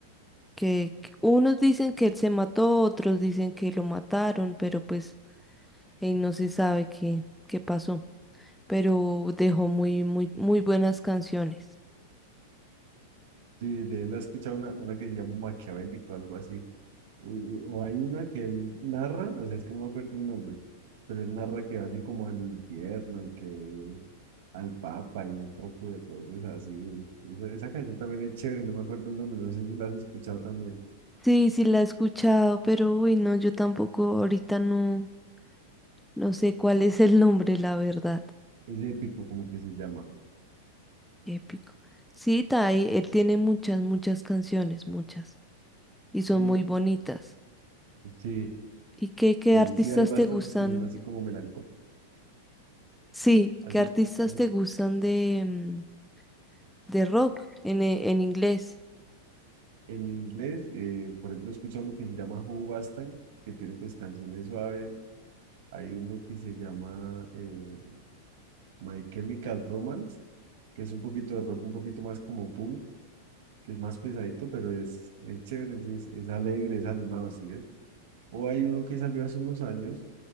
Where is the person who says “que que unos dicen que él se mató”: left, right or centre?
Centre